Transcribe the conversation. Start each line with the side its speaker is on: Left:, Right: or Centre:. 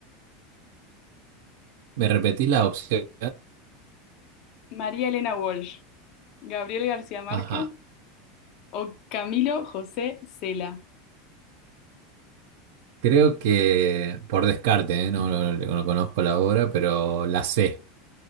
Right: ¿Me repetís las opciones?
Left: María Elena Walsh, Gabriel García Márquez
Right: Ajá.
Left: o Camilo José Cela.
Right: Creo que por descarte, ¿eh? No, no- no no conozco la obra, pero la sé.